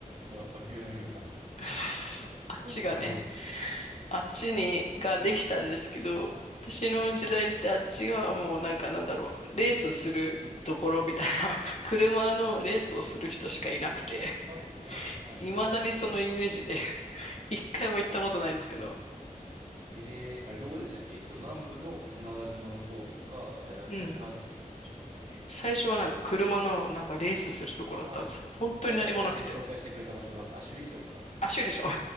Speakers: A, on the right (about 55°); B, on the left (about 50°).
A: あ、パクリ始めた。
B: そうそうそう。あっちがね、
A: <laughs> なるほど。
B: あっちに、ができたんですけど、私の時代ってあっちがもうなんかなんだろう、
A: はい。
B: レースするところみたいな、<laughs> 車のレースをする人しかいなくて、
A: はいはいはいはい。
B: 未だにそのイメージで、
A: そう
B: <laughs> 一回も行ったことないんですけど、
A: あそうなんだ。ええーあれどこでしたっけえっと、南部の瀬長島の方とか、あれなん最初なんでしたっけ最初。
B: うん。最初はなんか車のなんかレースするところだったんですよ。
A: あ、
B: 本当に何もなくて。
A: いや、なんか最初に紹介してくれた場所なんで、あ、首里城か。
B: あ、修理場。<laughs>